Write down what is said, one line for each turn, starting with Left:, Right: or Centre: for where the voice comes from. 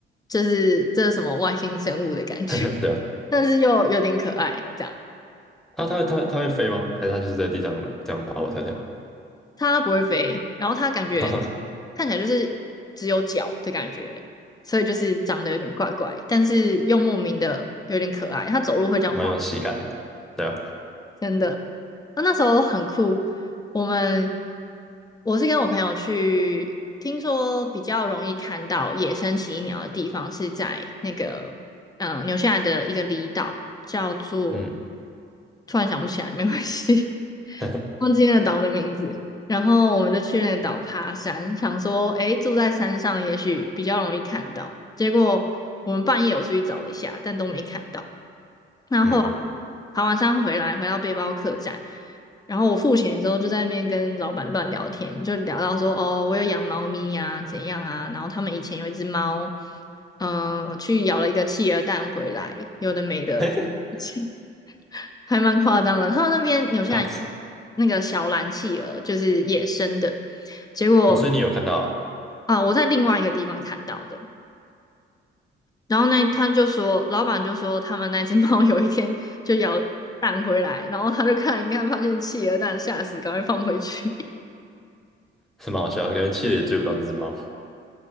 Left: 就是这是什么外星生物的感觉，
Centre: <laughs> 对啊，
Left: <laughs> 但是又有点可爱，这样。
Centre: 它它会它会它会飞吗？还是它就是在地上这样跑跑跳跳，
Left: 它不会飞，然后它感觉
Centre: <laughs>
Left: 看起来就是只有脚的感觉，所以就是长得有点怪怪，但是又莫名的有点可爱。它走路会这样晃
Centre: 蛮有喜感的，对啊，
Left: 真的，那那时候很酷。我们我是跟我朋友去，听说比较容易看到野生奇异鸟的地方是在那个嗯、呃纽西兰的一个离岛，叫做
Centre: 嗯
Left: 突然想不起来，没关系，<laughs>
Centre: <laughs>
Left: 忘记那个岛的名字。然后我们就去那个岛爬山，想说诶，住在山上也许比较容易看到。结果我们半夜有出去找了一下，但都没看到。然后
Centre: 嗯，
Left: 爬完山回来，回到背包客栈，然后我付钱之后就在那边跟老板乱聊天，就聊到说哦，我有养猫咪呀，怎样啊，然后他们以前有一只猫，呃，去咬了一个企鹅蛋回来，有的没的，
Centre: <laughs>
Left: <laughs> 还蛮夸张的。他们那边纽西兰
Centre: 好
Left: 那个小蓝企鹅就是野生的，结果
Centre: 哦，所以你有看到哦
Left: 啊、我在另外一个地方看到的。然后那他就说，老板就说他们那只猫有一天就咬了蛋回来，然后他就看一看，发现企鹅蛋，吓死，赶快放回去。<laughs>
Centre: 是蛮好笑的，感觉企鹅也追不到那只猫，